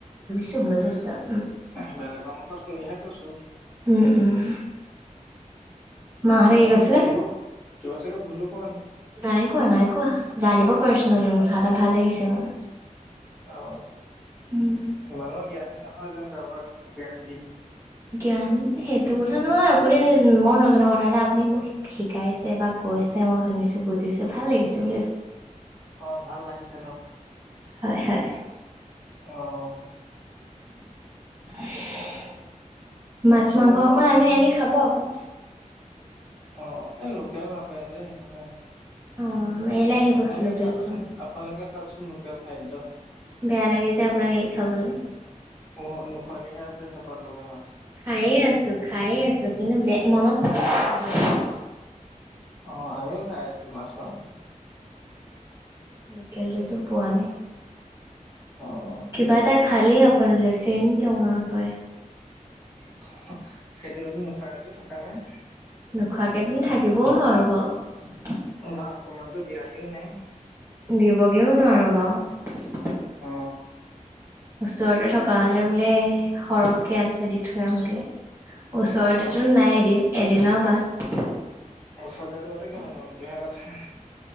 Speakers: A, on the right; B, in the centre.
A: তো বুজিছোঁ।
B: <unintelligible> বেলেগৰ মুখত শুনিহে কৈছোঁ।
A: উম, উম। মাহঁতে
B: কিবা
A: কি
B: চাগে
A: কৈছিলে?
B: ভুলো কিবা চাগে ভূলো কোৱা নাই।
A: নাই কোৱা নাই কোৱা, জানিব পাৰিছোঁ
B: অ
A: নতুন কথা এটা ভাল লাগিছে মোৰ।
B: অ',
A: উম
B: ইমানো জ্ঞানী নহয় যেন কাৰোবাক জ্ঞান দিম।
A: জ্ঞান, সেইটো কথা নহয় আপুনি মই নজনা কথা এটা আপুনি মোক শি-শিকাইছে বা ক কৈছে মই শুনিছোঁ বুজিছোঁ ভাল লাগিছে বুলি কৈছে।
B: অ', ভাল লাগিছে ন।
A: হয় হয়।
B: অ'।
A: <unintelligible>
B: তাৰপিছত
A: মাছ মাংস অকণ আনি আনি খাব আকৌ।
B: অ', এ লোকেল নাপায় যে সেইটো কাৰণে।
A: অ ইয়ালৈ আহিব
B: আপোনালোকে
A: লোকেল
B: খাওকচোন
A: খোৱা
B: আপোনালোকে খাওকচোন লোকেল খাদ্য।
A: বেয়া লাগে যে আপোনাক এৰি খাবলে।
B: অ', নোখোৱাকেহে আছে চেপাত লগা মাছ।
A: খায়ে আছো, খায়ে আছো কিন্তু বে-মনত <unintelligible>
B: অ', আমিও খাই আছো মাছ মাংস।
A: লোকেল দৈ তো পোৱা নাই।
B: অ'।
A: কিবা এটা খালেই আপুনালৈ চেং কে মনত পৰে।
B: <inaudible> সেইটোৱেতো নোখোৱাকেটো থকা নাই।
A: নোখোৱাকেইটোন থাকিবও নোৱাৰোঁ বাৰু।
B: বা অকমানটো দিয়াহিও নাই।
A: দিবগেও নোৱাৰো বাও।
B: অ।
A: ওচৰতে থকা
B: কি কাৰণে
A: হলে বোলে সৰহকে আছে দি থৈ আহোংগে। ওচৰতেতো
B: অ ওচ
A: নাই এদিন-এদিনৰ বাট।
B: ওচৰতে দুৰতে কিনো মনটোহে কথা।